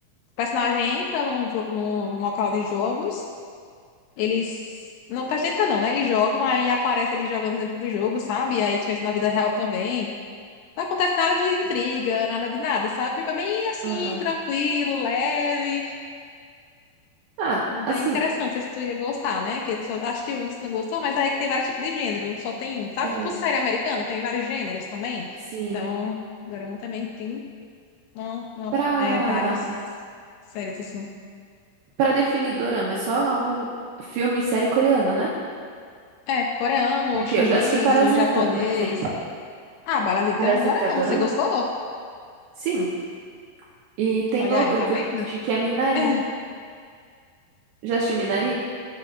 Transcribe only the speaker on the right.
aham.
Ah,
assim,
é,
sim.
Pra,
pra definir dorama, é só algum filme e série coreana, né?
Porque
eu já assisti Parasita,
por exemplo.
Parasita
é dorama?
Sim. E tem
outro
que
eu assisti que é Minari.
Já assistiu Minari?